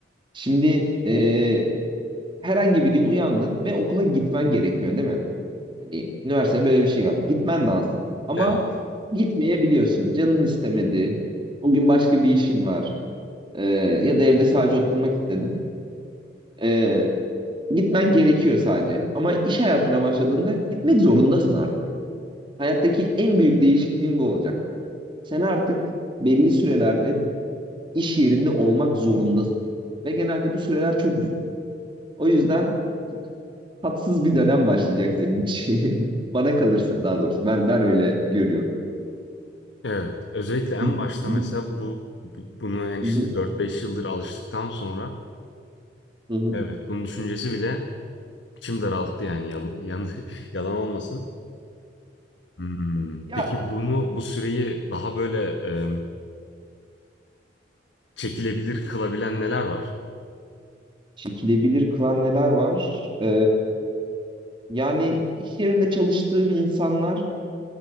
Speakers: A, on the right; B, on the left.
A: Şimdi eee, herhangi bir gün uyandın ve okula gitmen gerekiyor değil mi? Hani üniversitede böyle bir şey var. Gitmen lazım. Ama
B: Evet.
A: gitmeyebiliyorsun. Canın istemedi. O gün başka bir işin var. Eee, ya da evde sadece oturmak istedin. Ee, Gitmen gerekiyor sadece. Ama iş hayatına başladığında gitmek zorundasın artık. Hayattaki en büyük değişikliğin bu olacak. Sen artık belli sürelerde iş yerinde olmak zorundasın. Ve genelde bu süreler çok uzun. O yüzden tatsız bir dönem başlayacak senin için. <laughs> Bana kalırsa daha doğrusu. Ben ben öyle görüyorum.
B: Evet. Özellikle en
A: Hı
B: başta
A: hı.
B: mesela bu bu- bunu en işte
A: Hı hı.
B: 4-5 yıldır alıştıktan sonra
A: Hı
B: evet bunun düşüncesi bile İçim daralttı yani yalan, yan- <laughs> yalan olmasın. Hmm,
A: Ya
B: Peki bunu bu süreyi daha böyle e, çekilebilir kılabilen neler var?
A: çekilebilir kılan neler var? Ee, yani iş yerinde çalıştığım insanlar